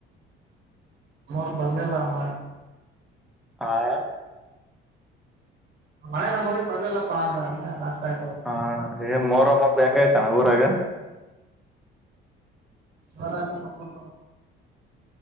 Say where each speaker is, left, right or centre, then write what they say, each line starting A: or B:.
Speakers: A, on the right (about 55°); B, in the centre.
A: ನೋರ್ ಬರ್ಲಿಲ್ಲಮ್ಮ
B: ಹಾ
A: ಮಳೆ ನಮ್ಮಗೆ ಪದಲ್ಲಪ್ಪ ಅ ನಷ್ಟತ ಆಯ್ತದು
B: ಹ ಏನ್ ಮೋರಮ್ಮೊಬ್ಬ ಹೆಂಗ ಆಯ್ತಾನ ಊರಾಗ
A: ನರಪ್ಪಫುಲ್ಪ